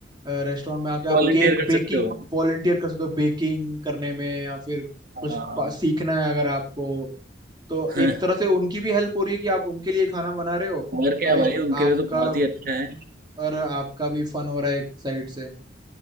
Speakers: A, on the right (about 25°); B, on the right (about 50°).
A: रेस्टोरेंट में आके आप
B: वॉलंटियर
A: केक
B: कर
A: बेकिंग
B: सकते हो
A: वॉलंटियर कर सकते हो बेकिंग करने में या फिर
B: हाँ
A: कुछ पा- सीखना है अगर आपको तो
B: <laughs>
A: एक तरह से उनकी भी हेल्प हो रही है कि आप उनके लिए खाना बना रहे हो
B: और क्या
A: और एक
B: भाई उनके
A: आपका
B: लिए तो बहुत ही अच्छा है
A: और आपका भी फन हो रहा है एक साइड से